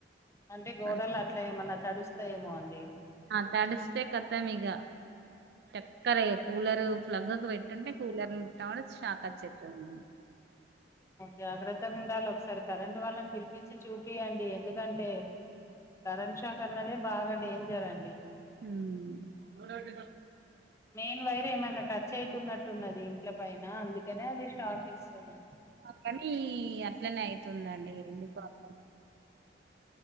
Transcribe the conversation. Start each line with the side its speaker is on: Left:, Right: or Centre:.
Left: అంటే గోడలు
Right: వర్షం
Left: అట్లా ఏమన్నా తడుస్తాయేమో అండి
Right: ఆ తడిస్తే ఖతం మీగ తేక్కరే కూలర్ ప్లగ్కు పెట్టుంటే కూలర్ ముట్టినా కూడా షాక్ వచ్చేస్తంది
Left: జాగ్రత్తగా ఉండాలి ఒకసారి కరెంట్ వాళ్ళని పిలిపించి చూపియండి ఎందుకంటే కరెంట్ షాక్ అన్నదే బాగా డేంజర్ అండి
Right: ఉమ్
Left: మెయిన్ వైర్ ఏమైనా టచ్ అయితున్నట్టున్నది ఇంట్ల పైన అందుకనే అది షాక్ ఇస్తుంది
Right: కనీ అట్లనే అయితుందండి ఎందుకో అర్థం కాదు